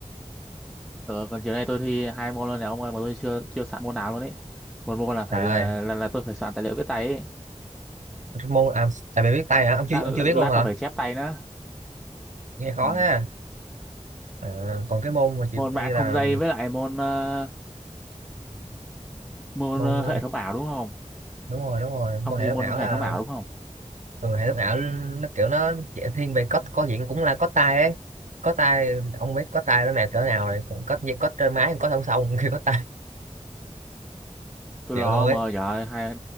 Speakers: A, in the centre; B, on the right (about 75°).
A: Ờ, còn chiều nay tôi thi hai môn luôn này ông ơi, mà tôi chưa chưa soạn môn nào luôn ấy. Một môn là phải
B: Trời ơi,
A: ờ, là, là tôi phải soạn tài liệu viết tay ấy.
B: cái môn à, tại vì biết tay hả? Ông chưa
A: Lát,
B: ông chưa biết
A: lát
B: luôn hả?
A: tôi phải chép tay nữa.
B: Nghe khó
A: Ừ.
B: thế. À, còn cái môn mà chiều
A: Môn
B: thi
A: mạng
B: là
A: không dây với lại môn ờ, môn
B: môn
A: ờ, hệ thống ảo đúng không?
B: đúng rồi đúng rồi,
A: Ông
B: môn
A: thi
B: hệ thống
A: môn
B: ảo
A: hệ
B: là
A: thống ảo đúng không?
B: ừ, hệ thống ảo nó kiểu nó dễ thiên về code có diện cũng là code tay ấy. Code tay ông biết code tay nó mệt cỡ nào rồi, còn code code trên máy code không xong <laughs> khi code tay
A: Tôi
B: chịu
A: lo
B: luôn ấy.
A: mà trời ơi, hai